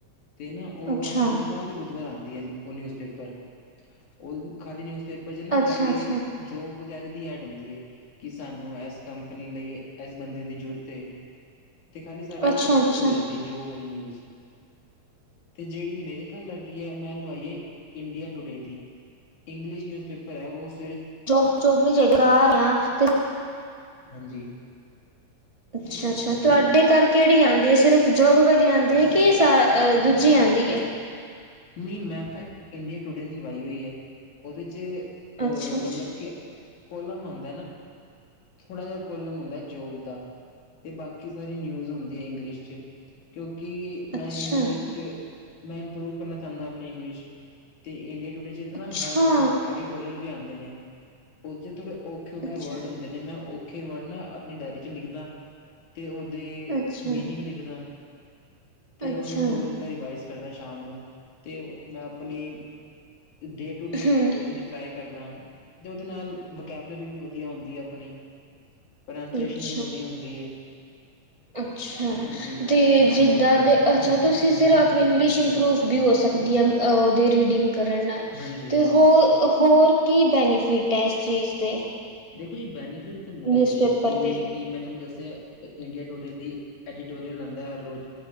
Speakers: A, on the left; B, on the right.
A: ਤੇ ਨਾ ਉਹ
B: ਅੱਛਾ
A: ਹਰ ਬੁੱਧਵਾਰ ਦੇ ਬੁੱਧਵਾਰ ਆਦੇ। ਦੀ ਉਹ ਨਿਊਜ਼ ਪੇਪਰ ਉਹ, ਖਾਲੀ ਨਿਉਜ਼ ਪੇਪਰ ਚ ਨਾ
B: ਅੱਛਾ-ਅੱਛਾ,
A: ਖਾਲੀ ਜੋਬ ਵੈ ਦੀ ਐਡ ਹੁੰਦੀ ਹੈ ਕਿ ਸਾਨੂੰ ਇਸ ਕੰਪਨੀ ਲਈ ਇਸ ਬੰਦੇ ਦੀ ਜ਼ਰੂਰਤ ਏ। ਅਤੇ ਖਾਲੀ ਸਾਰੀ
B: ਅੱਛਾ-ਅੱਛਾ
A: ਉਹਦੇ ਜੋ, ਨਿਊਜ਼ ਤੇ ਜਿਹੜੀ ਮੇਰੇ ਘਰ ਲੱਗੀ ਹੈ ਮੈਂ ਲਵਾਈ ਹੈ ਇੰਡੀਆ ਟੂਡੇ ਦੀ ਇੰਗਲਿਸ਼ ਨਿਊਜ਼ਪੇਪਰ ਹੈ ਉਸ
B: ਜੋਬ-ਜੋਬ ਨੀ ਚਾਹੀਦਾ ਆ ਰਿਹਾ ਤੇ
A: ਹਾਂਜੀ,
B: ਅੱਛਾ-ਅੱਛਾ,
A: ਹਾਂਜੀ
B: ਤੁਹਾਡੇ ਘਰ ਕਿਹੜੀ ਆਦੀ ਹੈ ਸਿਰਫ਼ ਜੋਬ ਵਾਲੀ ਆਦੀ ਹੈ ਕਿ ਦੂਜੀ ਆਦੀ ਐ।
A: ਨਹੀਂ ਮੈਂ ਤਾਂ ਇੰਡੀਆ ਟੂਡੇ ਦੀ ਲਵਾਈ ਹੋਈ ਹੈ। ਉਹਦੇ 'ਚ ਅਹ
B: ਅੱਛਾ-ਅੱਛਾ,
A: ਮਤਲਬ ਕਿ ਕੋਲਾਮ ਥੋੜਾ ਜਿਹਾ ਕੋਲਮ ਹੁੰਦਾ ਜੋਬ ਦਾ ਤੇ ਬਾਕੀ ਸਾਰੀ ਨਿਊਜ ਹੁੰਦੀ ਹੈ ਇੰਗਲਿਸ਼ ਚ ਕਿਉ ਕਿ ਮੈਂ
B: ਅੱਛਾ,
A: ਇੰਗਲਿਸ਼ ਮੈਂ ਇੰਪਰੂਵ ਕਰਨਾ ਚਾਹੁੰਦਾ ਆਪਣੀ ਇੰਗਲਿਸ਼ ਤੇ ਇੰਡੀਆਡੇ
B: ਅੱਛਾ,
A: ਨਾ ਹਰ ਰੋਜ਼ ਐਡੀਟੋਰੀਅਲ ਵੀ ਆਦਾ। ਉਹ ਚ ਥੋੜੇੇ, ਔਖੇ-ਔਖੇ
B: ਅੱਛਾ,
A: ਵਰਡ ਹੁੰਦੇ ਨੇ ਮੈਂ ਔਖੇ ਵਰਡ ਨਾ ਆਪਣੀ ਡਾਇਰੀ ਚ ਲਿਖਦਾ। ਅਤੇ ਉਹਦੇ
B: ਅੱਛਾ,
A: ਮੀਨਿੰਗ ਲਿਖਦਾ। ਤੇ
B: ਅੱਛਾ। ਅੱਛਾ
A: ਉਹਨੂੰ ਰੋਜ਼ ਮੈਂ ਰਿਵਾਈਜ਼, ਕਰਦਾ ਸ਼ਾਮ ਨੂੰ ਤੇ ਮੈਂ ਆਪਣੀ ਡੇ ਟੂ ਡੇ
B: ਹਮ
A: ਬੋਲਣ ਦੀ ਟਰਾਈ ਕਰਦਾ ਅਤੇ ਉਹਦੇ ਨਾਲ ਵਕੈਬਲਰੀ ਵੀ ਵਧੀਆ ਹੁੰਦੀ ਹੈ, ਆਪਣੀ। ਪ੍ਰਨਾਸੀਏਸ਼ਨ
B: ਅੱਛਾ
A: ਵੀ ਵਧੀਆ ਹੁੰਦੀ ਹੈ।
B: ਅੱਛਾ
A: ਹਾਂਜੀ
B: ਤੇ ਜਿੱਦਾਂ ਦੇ ਅੱਛਾ ਤੁਸੀਂ ਸਿਰਫ ਇੰਗਲਿਸ਼ ਪ੍ਰੂਫ ਵੀ ਹੋ ਸਕਦੀ ਹੈ। ਉਹਦੇ ਰੀਡਿੰਗ ਕਰਨ ਨਾਲ ਅਤੇ
A: ਹਾਂਜੀ ਹਾਂਜੀ
B: ਹੋਰ ਹੋਰ ਕੀ ਬੈਨੀਫਿਟ ਟੈ ਇਸ ਚੀਜ਼ ਦੇ,
A: ਦੇਖੋ ਜੀ ਬੈਨੀ ਫਿਰ ਤਾਂ ਬਹੁਤ
B: ਨਿਊਜ਼ਪੇਪਰ
A: ਜਿਵੇਂ
B: ਦੇ
A: ਕਿ ਮੈਂ ਤੁਹਾਨੂੰ ਦੱਸ। ਅਤੇੇ ਇੰਡੀਆ ਟੂਡੇ ਦੀ ਐਡੀਟੋਰੀਅਲ ਆਦਾ ਹਰ ਰੋਜ਼